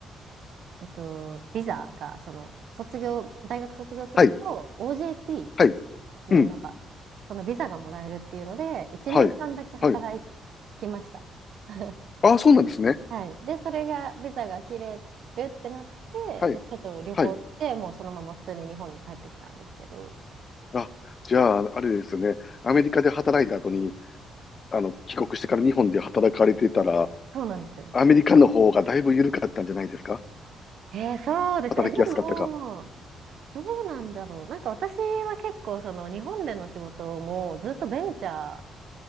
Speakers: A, on the right; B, on the left.
A: えっと、ビザが、その、卒業、大学卒業すると、
B: はい、
A: OJT
B: はい、うん、
A: の、なんか、そのビザがもらえるっていうので、1年間だけ働
B: はい、はい。
A: きました。<laughs>
B: あ、そうなんですね。
A: はい。で、それが、ビザが切れるってなって、
B: はい、
A: まあ、ちょっと旅行して、
B: はい。
A: もうそのまま普通に日本に帰ってきたんですけど、
B: あ、じゃあ、あれですよね。アメリカで働いた後に、あの、帰国してから日本で働かれてたら、
A: そうなんですよ。
B: アメリカの方がだいぶ緩かったんじゃないですか
A: えー、そうですね。
B: 働きやすかったか。
A: え、でも、どうなんだろう。なんか私は結構、その日本での仕事もずっとベンチャー、